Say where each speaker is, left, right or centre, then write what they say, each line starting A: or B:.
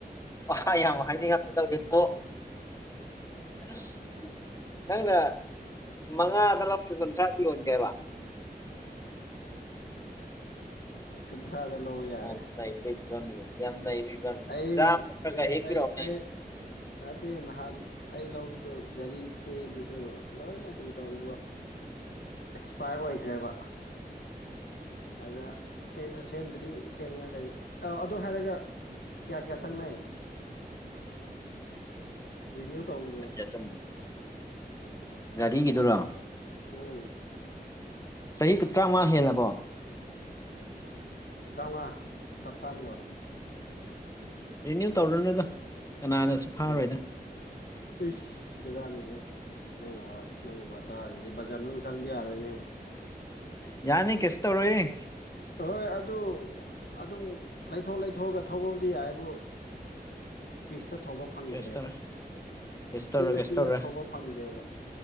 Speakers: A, on the left (about 20°); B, on the left (about 80°).
A: ꯋꯀꯥꯏ ꯌꯥꯝ ꯍꯥꯏꯅꯤꯡꯉꯛꯀꯗꯧꯔꯤꯕꯣ ꯑꯁ ꯅꯪꯅ ꯃꯉꯥꯗ ꯂꯧ ꯀꯨꯟꯊ꯭ꯔꯥꯗꯤ ꯌꯣꯟꯒꯦꯕ
B: ꯀꯨꯟꯊ꯭ꯔꯥꯗ ꯂꯧꯔꫭ ꯌꯥꯔꯦ
A: ꯌꯥꯝ ꯅꯩꯕꯩ ꯐꯤꯕꯝꯅꯤꯅꯦ ꯌꯥꯝ ꯅꯩꯕꯩ ꯐꯤꯕꯝꯃꯤꯅꯦ
B: ꯑꯩ
A: ꯖꯥ ꯅꯠꯇ꯭ꯔꯒ
B: ꯑꯦꯁ
A: ꯍꯦꯛꯄꯤꯔꯛꯑꯣꯅꯦ
B: ꯑꯩ ꯑꯩ ꯅꯠꯇꯦ ꯅꯍꯥꯟ ꯑꯩ ꯂꯧꯕꯗꯨ ꯒꯥꯔꯤ ꯆꯦꯗꯨꯁꯨ ꯂꯣꯏꯅ ꯀꯔꯤ ꯇꯧꯔꯦꯕ ꯑꯦꯛꯁꯄꯥꯌꯔ ꯑꯣꯏꯈ꯭ꯔꯦꯕ ꯑꯗ ꯁꯦꯝꯖꯨ ꯁꯦꯝꯗ꯭ꯔꯤ ꯁꯦꯝꯅꯤꯉꯥꯏ ꯂꯩꯔꯤ ꯑꫭ ꯑꯗꯨ ꯍꯥꯏꯔꯒ ꯀꯌꯥ ꯀꯌꯥ ꯆꯪꯅꯩ ꯔꯤꯅꯤꯌꯨ ꯇꯧꯕꯗꯣ
A: <inaudible> ꯒꯥꯔꯤꯒꯤꯗꯨꯔꯣ
B: ꯎꯝ
A: ꯆꯍꯤꯒ ꯇꯔꯥꯃꯉꯥ ꯍꯦꯜꯂꯕꯣ
B: ꯇꯔꯥꯎꯉꯥ ꯆꯞ ꯆꯥꯅ ꯌꯧꯔꯦ
A: ꯔꯤꯅ꯭ꯌꯨ ꯇꯧꯔꯨꯅꯨꯗ ꯀꯅꯥꯅꯁꯨ ꯐꯥꯔꯣꯏꯗ
B: ꯀꯩꯒꯤ ꯏꯁ ꯕꯦꯔꯅꯤꯍꯦ ꯅꯪꯒꯤ ꯅꯪꯒꯤ ꯋꯥꯇꯥꯖꯤꯗꯤ ꯕꯖꯥꯔ ꯃꯅꯨꯡ ꯆꯪꯕ ꯌꯥꯔꯣꯏꯅꯦ
A: ꯌꯥꯅꯤ ꯀꯩꯁꯨ ꯇꯧꯔꯣꯏꯌꯦ
B: ꯍꯣꯏ ꯑꯗꯨ ꯑꯗꯨꯝ ꯂꯩꯊꯣꯛ ꯂꯩꯊꯣꯛꯑꯒ ꯊꯧꯕꯕꯨꯗꯤ ꯌꯥꯏꯕꯨ ꯄꯤꯁꯇ ꯊꯧꯕ ꯐꯪꯗ꯭ꯔꯦꯕ
A: ꯀꯩꯁꯨ ꯇꯧꯔꯣꯏ ꯀꯩꯁꯨ ꯇꯧꯔꯣꯏ
B: ꯏꯪꯅ
A: ꯀꯩꯁꯨ
B: ꯆꯤꯛꯅ
A: ꯇꯧꯔꯣꯏ
B: ꯊꯧꯕ ꯐꯪꯗꯦꯕ